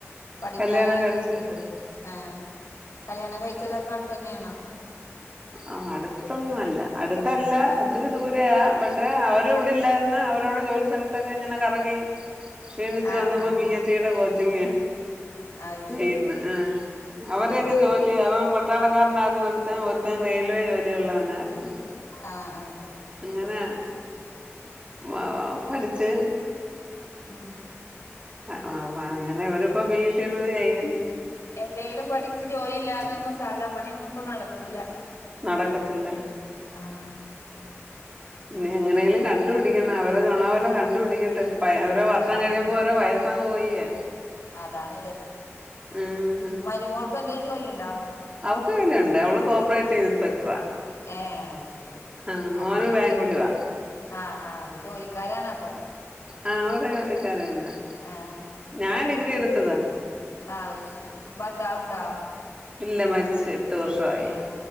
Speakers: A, on the left (about 70°); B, on the right (about 20°).
A: പഠിക്കാന്
B: കല്യാണം കഴിച്ചു വിട്ട്
A: ഏഹേ കല്യാണം കഴിച്ചതൊക്കവ്ട്തെന്നെയാണോ?
B: ആ അടുത്തൊന്നുവല്ല അടുത്തല്ല
A: ആ
B: ഒത്തിരി ദൂരെയാ പക്ഷെ അവര് ഇവിടെല്ലായിര്ന്ന് അവരോടെ ജോലി സ്ഥലത്തൊക്കെങ്ങനെ കറങ്ങി ക്ഷീണിച്ച്
A: ആ
B: വന്നപ്പോ
A: ആ
B: പി എ സി ടെ കോച്ചിങ്
A: അത്
B: ചെയ്യ്ന്ന്
A: ശരി
B: ആഹാ അവരെയൊക്കെ
A: ആ
B: ജോ ല്ല്യേ അവൻ പട്ടാളക്കാരനാർന്നു ഒരുത്തൻ ഒരുത്തൻ റെയിൽവേ ജോലിഉള്ളവനായിരുന്നു. അഹ്
A: ആഹ് ആഹ്
B: അങ്ങനെ ആഹ് പഠിച്ച്
A: ഉം
B: അഹ് ഓ ഹാ അങ്ങനെവരിപ്പോ പി എ സ്ടെത് ചെയ്യ്ന്ന്.
A: എന്തെേലും പഠിച്ച് ജോലില്ലാതൊന്നും സാധാ പണ്യൊന്നുപ്പ നടക്കൂല.
B: നടക്കത്തില്ല.
A: ആഹ്.
B: ഇനി
A: ഇപ്പൊ
B: എങ്ങനേലും
A: ജോലിക്ക്
B: കണ്ടുപിടിക്കണം അവരെ തൊണ പോലെ കണ്ടുപിടിക്കട്ടെ അവരെ വർഷം
A: ആഹ്
B: കഴിയും മ്പോ ഓരോ വയസ്സങ്ങ് പോയിയാ
A: അതാണ്ല്ലത്.
B: മ് ഹ്
A: മരുമോൾക്കെന്തേം ജോലിണ്ടോ?
B: അവക്ക് ജോലിയുണ്ട്, അവള് കോപ്പറേറ്റീവ് ഇൻസ്പെക്ടറാ.
A: ഏഹേ അഹ് ശെരി,
B: ആഹ്
A: അപ്പൊ
B: മോന് ബാങ്കിലുവാ
A: ജോലി ആഹ് ആഹ് അപ്പൊ ജോലിക്കാരാണൊക്കെ.
B: ആഹ് അവര് ജോലിക്കാരെന്നാ
A: ആഹ്
B: ഞാ ഡിഗ്രിയെട്ത്തതാ.
A: ആഹ് അയ്ശെരി ഭർത്താവ്ണ്ടോ?
B: ഇല്ല മരിച്ച്. പത്ത് വർഷവായി
A: ഏഹ്